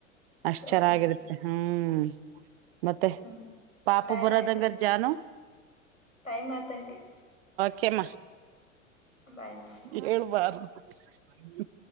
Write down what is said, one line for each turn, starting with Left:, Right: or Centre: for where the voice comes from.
Right: ಅಷ್ಟ್
Left: ಸರಿ
Right: ಚೆನ್ನಾಗಿರುತ್ತೆ ಹ್ಮ ಹ್ಮ್ ಮತ್ತೆ
Left: ಹ್ಮ್
Right: ಪಾಪು
Left: ಟೈಮ್
Right: ಬರೋದಂಗರ್
Left: ಆಯ್ತಂಟಿ
Right: ಜಾನು
Left: ಟೈಮ್ ಆತಂಟಿ
Right: ಕೆಮ
Left: ಬಾಯ್ ಆಂಟಿ
Right: ಹೇಳ್ ಬಾರ್ದ್ <inaudible>